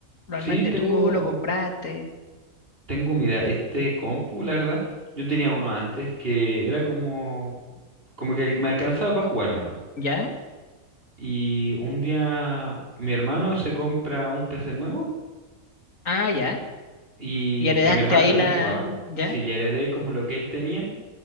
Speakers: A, on the left; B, on the right.
A: lo
B: sí
A: armaste
B: tengo,
A: tú, lo compraste,
B: tengo, mira, este compu, la verdad, yo tenía uno antes que era como, como que me alcanzaba para jugar nomás.
A: ¿ya?
B: Y un día mi hermano se compra un PC nuevo
A: Ah, ya.
B: y
A: Y heredaste
B: que mi hermano
A: ahí
B: también
A: la...
B: jugaba.
A: ¿Ya?
B: Sí, ya heredé como lo que él tenía,